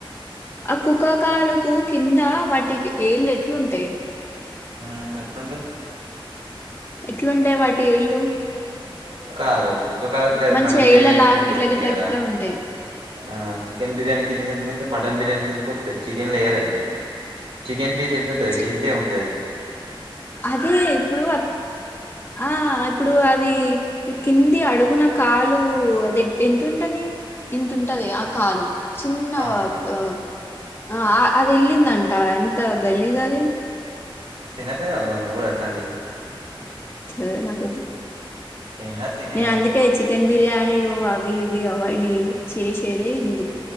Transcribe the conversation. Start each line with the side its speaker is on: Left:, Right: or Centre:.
Left: ఆ కుక్క కాలుకు కింద వాటి ఏళ్ళు ఎట్లుంటాయి
Right: ఆహ్ ఎట్లుంటాయి
Left: ఎట్లుంటాయి వాటి ఎళ్ళు
Right: కాదు కుక్క కాలోత్త <unintelligible> అది
Left: మంచిగా
Right: మటన్ బిర్యానీ
Left: ఏళ్ళ లాగా
Right: కింద కోస్తాది
Left: గిట్లా గిట్లా
Right: గా
Left: గిట్లా ఉంటాయి
Right: ఆ చికెన్ బిర్యానీ కిందకి ఎందుకు వస్తాయి మటన్ బిర్యానీ కిందకి వస్తాయి చికెన్ లో వేయర్ అవి చికెన్ పీస్ ఎంత ఉంటది
Left: చి-
Right: గింతే ఉంటాది
Left: అదే ఇప్పుడు ఆ ఇప్పుడు అదీ కింది అడుగున కాలు అది ఎంత ఉంటాది ఇంత ఉంటది ఆ కాలు చిన్న
Right: అవును
Left: వ్ బ ఆ అది ఎల్లిందంటా ఎంత గలీజు అది
Right: తినక్పోయివ మరి కూడ అట్లాంటి
Left: చి నాకొద్దు
Right: ఏం కాదు తిను
Left: నే
Right: ఏమైతది
Left: అందుకే చికెన్ బిర్యానీలు అవి ఇవి అవాయిడ్ చేసేదె ఇందుకు